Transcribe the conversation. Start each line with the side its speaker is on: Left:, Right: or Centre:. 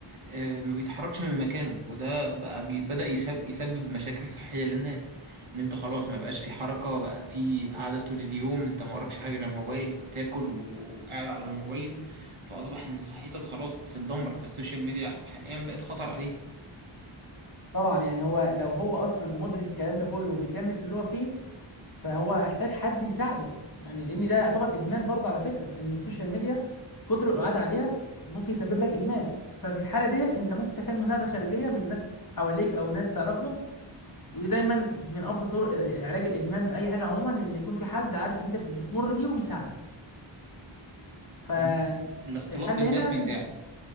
Right: آه، ما بيتحركش من مكانه وده بقى بي- بدأ يسب- يسبب مشاكل صحية للناس ان انت خلاص ما بقاش في حركة بقى في قعدة طول اليوم انت ما وراكش حاجة غير الموبايل بتاكل وقاعد على الموبايل فأصبح ان صحتك خلاص بتتدمر فالسوشيال ميديا حاليا بقت خطر عليه
Left: طبعا يعني هو لو هو اصلا مدرك الكلام ده كله وبيكمل في اللي هو فيه فهو هيحتاج حد يساعده يعني لان ده يعتبر ادمان برضه على فكره ان السوشيال ميديا كتر القعاد عليها ممكن يسبب لك ادمان ففي الحاله ديت انت ممكن تحتاج مساعده خارجيه من ناس حواليك او ناس تعرفهم ودي دايما من افضل طرق علاج الادمان في اي حاجه عموما ان يكون في حد عارف ان انت بتمر بيه ويساعدك فالحل
Right: عم- الاختلاط بالناس
Left: هنا
Right: بيتاعب